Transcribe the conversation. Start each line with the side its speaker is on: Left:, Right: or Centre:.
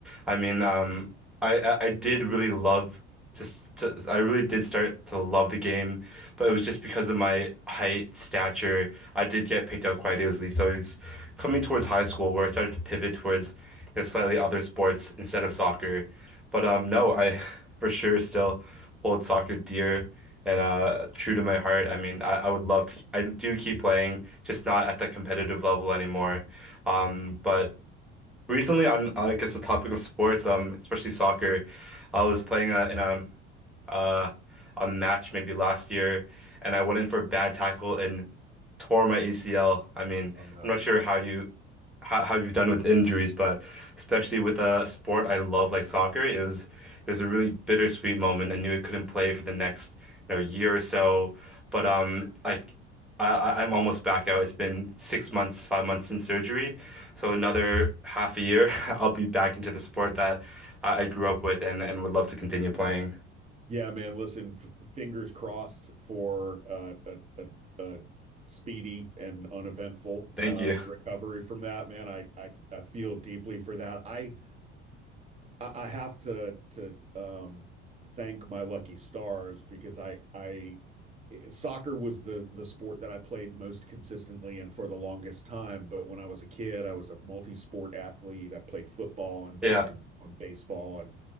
Centre: I mean, um, I I I did really love just to, I really did start to love the game, but it was just because of my height, stature, I did get picked out quite easily. So it was coming towards high school where I started to pivot towards because slightly other sports instead of soccer. But um, no, I <laughs> for sure still hold soccer dear and uh true to my heart. I mean, I, I would love to. I do keep playing, just not at the competitive level anymore. Um, but recently on I guess the topic of sports, um, especially soccer, I was playing uh, in a uh a match maybe last year and I went in for a bad tackle and tore my ACL. I mean,
Right: Oh no.
Centre: I'm not sure how you how, how you've done with injuries, but especially with a sport I love like soccer, it was it was a really bittersweet moment. I knew I couldn't play for the next, you know, year or so. But um like I, I- I'm almost back out. It's been six months, five months since surgery. So another half a year, <laughs> I'll be back into the sport that I I grew up with and, and would love to continue playing.
Right: Yeah, man. Listen, f- fingers crossed for uh, a, a, a speedy and uneventful
Centre: Thank
Right: uh,
Centre: you.
Right: recovery from that, man. I, I I feel deeply for that. I I, I have to to um, thank my lucky stars because I I soccer was the the sport that I played most consistently and for the longest time. But when I was a kid, I was a multi-sport athlete. I played football and basketball
Centre: Yeah.
Right: and baseball and